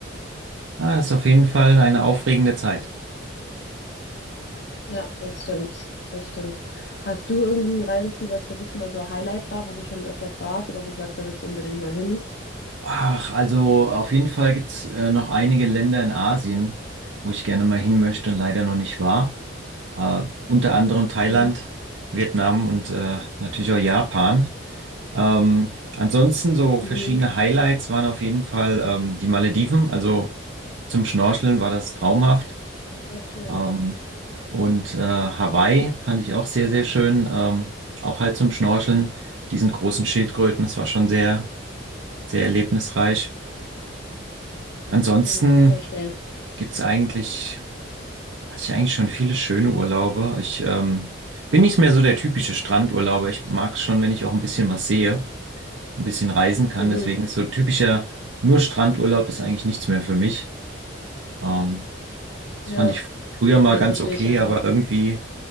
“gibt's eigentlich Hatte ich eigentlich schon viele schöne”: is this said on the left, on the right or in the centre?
Right